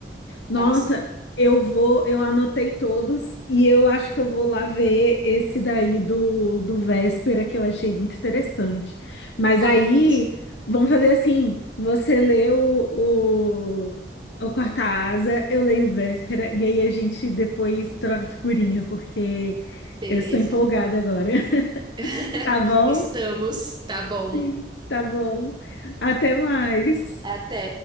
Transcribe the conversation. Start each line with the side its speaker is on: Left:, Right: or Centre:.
Left: Nossa,
Right: É assim.
Left: eu vou, eu anotei todos e eu acho que eu vou lá ver esse daí do, do Véspera, que eu achei muito interessante. Mas
Right: Ai,
Left: aí,
Right: mesmo.
Left: vamos fazer assim: você lê o, o, o Quarta Asa, eu leio o Véspera, e aí a gente depois troca figurinha, porque
Right: Beleza.
Left: eu estou empolgada agora. <laughs>
Right: <laughs>
Left: Tá bom?
Right: Estamos. Tá bom.
Left: Sim, tá bom. Até mais.
Right: Até.